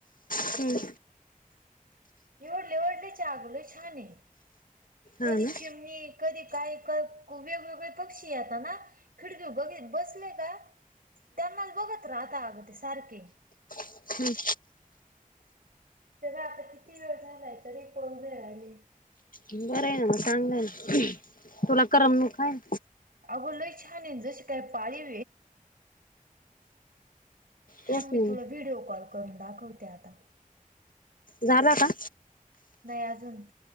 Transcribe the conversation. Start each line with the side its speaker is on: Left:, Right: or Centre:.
Left: हम्म
Right: एवढले वडले अगल छानान कधी
Left: हा ना
Right: चिमनी कधी काही वेगवेगळे पक्षी य ना खिडकी बघितत बसले का त्यांनाच बघत राहता अगं ते सारखे
Left: हम्म
Right: तेव्हा आता किती वेळ झालाय तरी कोण घे राहिले
Left: बरं आहे ना मग चांगलं ना तुला करम न काय
Right: अगो लोय छान जसे काय पवे छान
Left: तेच ना
Right: मी थोडं व्हिडिओ कॉल करून दाखवते आता
Left: झाला का
Right: नइ अजून